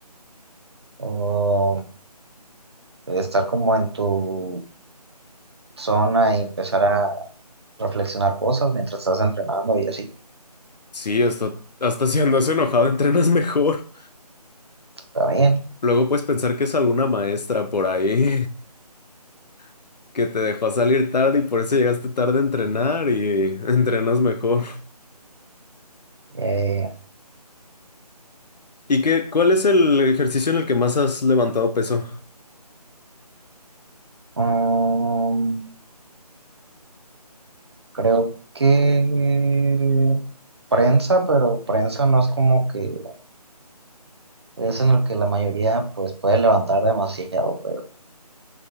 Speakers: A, on the right; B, on the left.
A: o estar como en tu zona y empezar a reflexionar cosas mientras estás entrenando y así.
B: Sí, hasta, hasta si andas enojado <laughs> entrenas mejor.
A: Está bien.
B: Luego puedes pensar que es alguna maestra por ahí <laughs> que te dejó salir tarde y por eso llegaste tarde a entrenar y <laughs> entrenas mejor.
A: Eh,
B: ¿Y qué, cuál es el ejercicio en el que más has levantado peso?
A: mm, creo que prensa, pero prensa no es como que es en el que la mayoría pues puede levantar demasiado, pero